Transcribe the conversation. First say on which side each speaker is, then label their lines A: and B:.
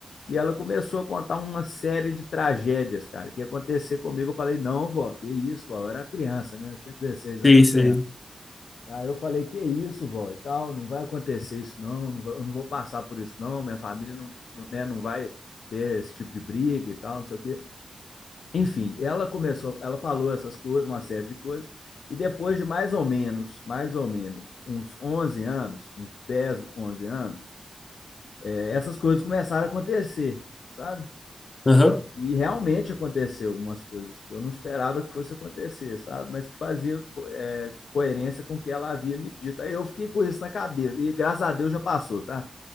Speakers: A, on the left (about 80°); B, on the left (about 35°).
A: E ela começou a contar uma série de tragédias, cara, que ia acontecer comigo. Eu falei, não, vó, que isso, vó. Eu era criança, né? Eu tinha 16 anos,
B: sim,
A: eu era
B: sim.
A: criança. Aí eu falei, que isso, vó, e tal, não vai acontecer isso, não, não vai- eu não vou passar por isso, não, minha família não, não, né, não vai ter esse tipo de briga e tal, não sei o quê. Enfim, ela começou, ela falou essas coisas, uma série de coisas, e depois de mais ou menos, mais ou menos, uns 11 anos, uns 10, 11 anos, eh, essas coisas começaram a acontecer, sabe?
B: Aham,
A: E realmente aconteceu algumas coisas que eu não esperava que fosse acontecer, sabe? Mas que fazia co- é, coerência com o que ela havia me dito. Aí eu fiquei com isso na cabeça. E graças a Deus já passou, tá?